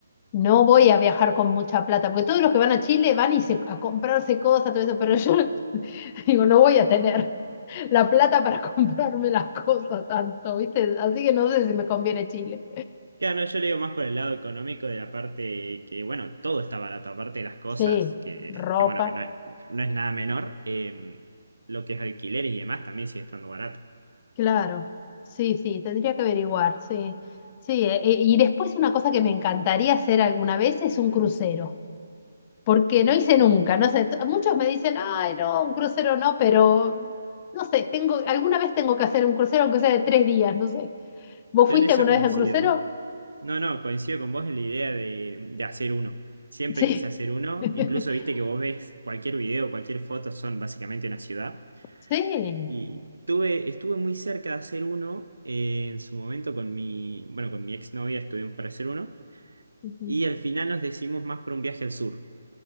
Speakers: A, on the left; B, on the right.
A: no voy a viajar con mucha plata, porque todos los que van a Chile van y se, a comprarse cosas, todo eso, pero yo <laughs> digo, no voy a tener. la plata para <laughs> comprarme las cosas tanto, ¿viste? Así que no sé si me conviene Chile.
B: Claro, no, yo le digo más por el lado económico de la parte que, bueno, todo está barato, aparte de las cosas,
A: Sí,
B: que,
A: ropa,
B: que bueno, que no es, no es nada menor. eh, lo que es alquileres y demás también sigue estando barato.
A: claro. Sí, sí, tendría que averiguar, sí. Sí, eh, eh, y después una cosa que me encantaría hacer alguna vez es un crucero, porque no hice nunca, no sé, t- muchos me dicen, ay, no, un crucero no, pero no sé, tengo, alguna vez tengo que hacer un crucero, aunque sea de tres días, no sé. ¿Vos
B: Yo
A: fuiste
B: en eso
A: alguna
B: coincido.
A: vez a un crucero?
B: No, no, coincido con vos en la idea de, de hacer uno. Siempre
A: Sí.
B: quise hacer uno.
A: <laughs>
B: Incluso viste que vos ves cualquier video, cualquier foto, son básicamente una ciudad.
A: Sí.
B: Y tuve, estuve muy cerca de hacer uno eh, en su momento con mi, bueno, con mi exnovia estuvimos para hacer uno.
A: Ujú.
B: Y al final nos decidimos más por un viaje al sur.